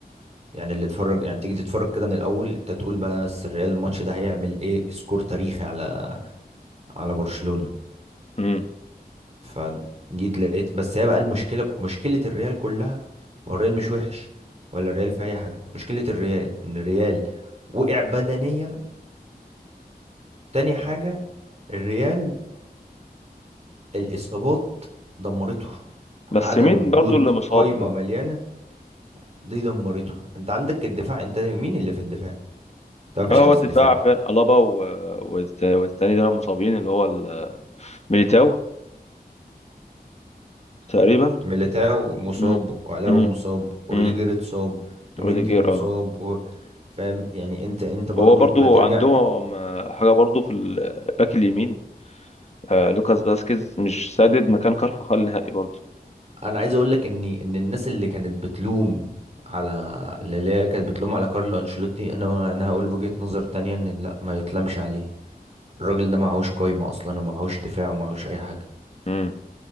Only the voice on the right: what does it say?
يعني اللي اتفرج يعني تيجي تتفرج كده من الأول انت تقول بس الريال الماتش ده هيعمل ايه سكور تاريخي على على برشلونة
فجيت لقيت بس هي بقى المشكله مشكله الريال كلها هو الريال مش وحش ولا الريال في اي حاجه مشكله الريال ان الريال وقع بدنيا تاني حاجه الريال الاصابات دمرته عدم
وجود
قايمه مليانه دي دمرته انت عندك الدفاع انت مين اللي في الدفاع انت مفيش
حد
في الدفاع
ميليتاو مصاب
وألابا
مصاب وروديجر
اتصاب ومندي
مصاب
و... فاهم يعني انت انت برضو
هترجع
انا عايز اقول لك ان ان الناس اللي كانت بتلوم على اللي هي كانت بتلوم على كارلو انشيلوتي انا انا هقول وجهة نظر تانية ان لا ما يتلمش عليه الراجل ده معهوش قايمة اصلا ومعهوش دفاع ومعهوش اي حاجة